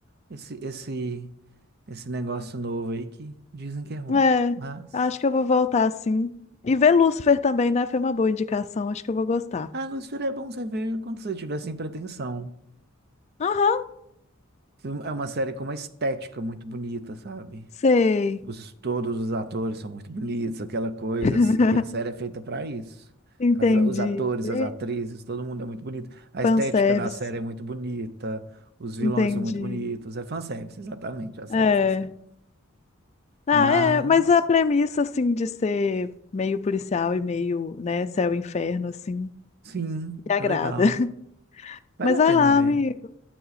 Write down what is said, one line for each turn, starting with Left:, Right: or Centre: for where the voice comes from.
Right: esse, esse, esse negócio novo aí que dizem que é ruim.
Left: É,
Right: Mas.
Left: acho que eu vou voltar sim. E ver Lúcifer também, né? Foi uma boa indicação, acho que eu vou gostar.
Right: Ah, Lucifer, é bom você ver quando você tiver sem pretensão.
Left: Aham.
Right: Filme- É uma série com uma estética muito bonita, sabe?
Left: Sei,
Right: Os, todos os atores são muito bonitos, aquela coisa
Left: <laughs>
Right: assim. A série é feita para isso.
Left: entendi.
Right: As- os atores,
Left: Ver
Right: as atrizes, todo mundo é muito bonito. A estética
Left: Fanservice,
Right: da série é muito bonita. Os vilões
Left: entendi.
Right: são muito bonitos. É fanservice, exatamente. A série
Left: É.
Right: é fanservice.
Left: Ah,
Right: Mas,
Left: é, mas a premissa, assim, de ser meio policial e meio, né, céu e inferno, assim,
Right: sim,
Left: me agrada.
Right: é legal.
Left: <laughs>
Right: Vale
Left: Mas
Right: a
Left: vai
Right: pena
Left: lá,
Right: ver,
Left: amigo.